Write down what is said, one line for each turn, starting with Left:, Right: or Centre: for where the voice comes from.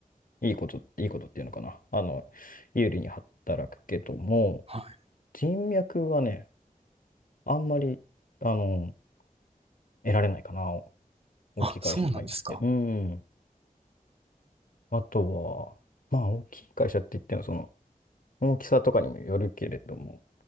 Left: いいこと、いいことっていうのかな。あの、有利に働くけども、
Right: はい。
Left: 人脈はね、あんまり、あの、得られないかな。大きい会社に入って。
Right: あ、そうなんですか。
Left: うん。あとは、まあ、大きい会社って言っても、その、大きさとかにもよるけれども、